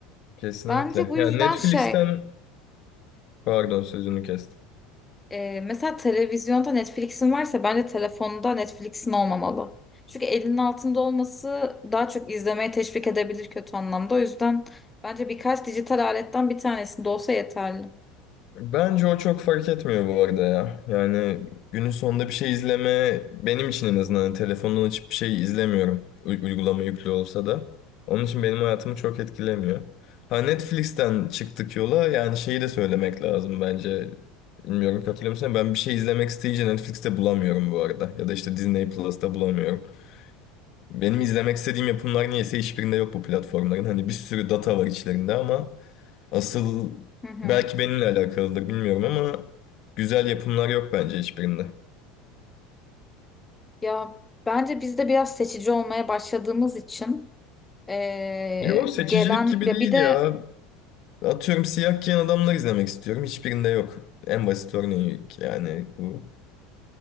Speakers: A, on the left (about 55°); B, on the left (about 15°).
A: Kesinlikle.
B: Bence bu
A: Yani
B: yüzden
A: Netflix'ten
B: şey
A: pardon sözünü kestim.
B: Ee, mesela televizyonda Netflix'in varsa bence telefonda Netflix'in olmamalı. Çünkü elinin altında olması daha çok izlemeye teşvik edebilir kötü anlamda. O yüzden bence birkaç dijital aletten bir tanesinde olsa yeterli.
A: Bence o çok fark etmiyor bu arada ya. Yani günün sonunda bir şey izleme benim için en azından hani telefondan açıp bir şey izlemiyorum. U- uygulama yüklü olsa da. Onun için benim hayatımı çok etkilemiyor. Ha Netflix'ten çıktık yola yani şeyi de söylemek lazım bence. Bilmiyorum katılıyor musun? Ben bir şey izlemek isteyince Netflix'te bulamıyorum bu arada. Ya da işte Disney Plus'ta bulamıyorum. Benim izlemek istediğim yapımlar niyeyse hiçbirinde yok bu platformların. Hani bir sürü data var içlerinde ama Asıl
B: Hı hı.
A: belki benimle alakalıdır bilmiyorum ama güzel yapımlar yok bence hiçbirinde.
B: Ya bence biz de biraz seçici olmaya başladığımız için eee,
A: Yok seçicilik
B: gelen
A: gibi
B: ya
A: değil
B: bir de
A: ya. Atıyorum siyah giyen adamlar izlemek istiyorum. Hiçbirinde yok. En basit örneği yani bu.